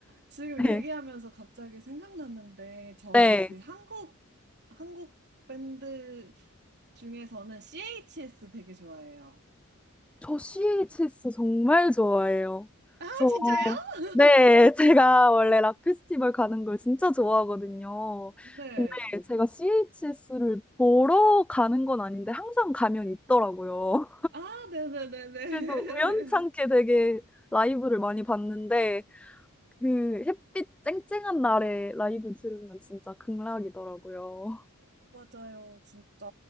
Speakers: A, on the right; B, in the centre.
A: 지금
B: 네.
A: 얘기하면서 갑자기 생각났는데 저
B: 네.
A: 그 한국 한국 밴드 중에서는 CHS 되게 좋아해요.
B: 저 CHS 정말 좋아해요.
A: 아,
B: 저,
A: 진짜요? <laughs>
B: 네, 제가 원래 락 페스티벌 가는 걸 진짜 좋아하거든요.
A: 네.
B: 근데 제가 CHS를 보러 가는 건 아닌데 항상 가면 있더라고요.
A: 아, 네네네네.
B: 그래서 우연찮게 되게 라이브를 많이 봤는데 그 햇빛 쨍쨍한 날에 라이브 들으면 진짜 극락이더라고요.
A: <laughs> 맞아요. 진짜